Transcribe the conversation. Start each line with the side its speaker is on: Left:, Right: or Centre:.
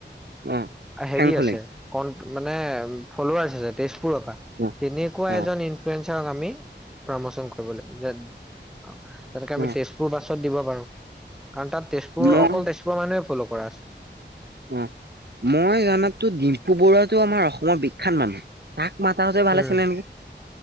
Right: অ',
Centre: হেৰি
Right: ফেংফলেং
Centre: আছে কন মানে তেজপুৰৰ পৰা
Right: অ',
Centre: তেনেকুৱা
Right: অ',
Centre: এ ইনফ্লোইঞ্চাৰক আমি প্ৰমোচন কৰিব লাগিব যে তেনেকে আমি
Right: অ',
Centre: তেজপুৰ বাছত দিব পাৰো। কাৰণ তাত তেজপুৰৰ
Right: মই
Centre: অকল তেজপুৰৰ মানুহে ফ'ল' কৰা আছে।
Right: উম, মই জানাতো ডিম্পু বৰুৱাতটো আমাৰ অসমৰ বিখ্যাত মানুহ তাক মাতাহতে ভালে
Centre: উম
Right: আছিল নেকি।